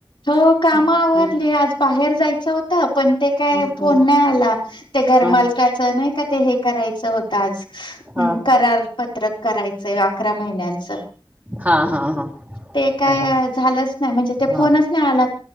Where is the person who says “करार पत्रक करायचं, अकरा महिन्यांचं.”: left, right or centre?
Left